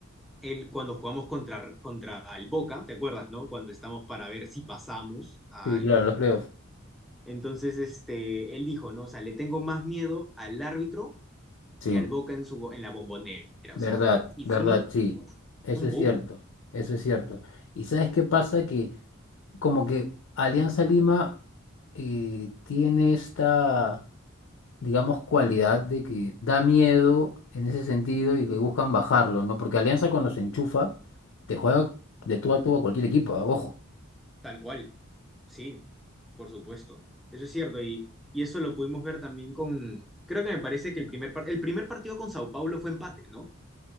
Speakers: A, in the centre; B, on the left.
A: él cuando jugamos contra, contra el Boca, ¿te acuerdas, no? Cuando estamos para ver si pasamos al
B: sí, claro, los playoffs.
A: entonces, este, él dijo, ¿no? O sea, le tengo más miedo al árbitro
B: Sí,
A: que al Boca en su, en la Bombonera.
B: verdad,
A: O sea, y
B: verdad,
A: fue un,
B: sí.
A: uf,
B: Eso
A: un
B: es
A: boom,
B: cierto, eso es cierto. ¿Y sabes qué pasa? Que como que Alianza Lima eh, tiene esta digamos, cualidad de que da miedo en ese sentido y que buscan bajarlo, ¿no? Porque Alianza cuando se enchufa, te juega de tú a tú a cualquier equipo, ah, Ojo.
A: tal cual. Sí, por supuesto. Eso es cierto. Y, y eso lo pudimos ver también con, creo que me parece que el primer, par- el primer partido con Sao Paulo fue empate, ¿no?